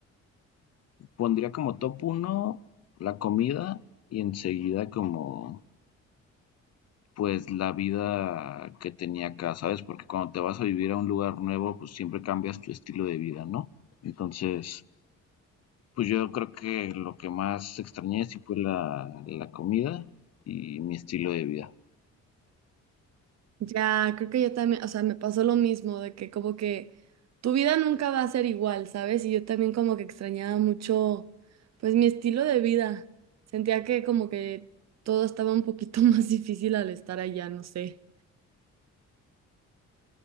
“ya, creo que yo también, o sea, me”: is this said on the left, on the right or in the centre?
Right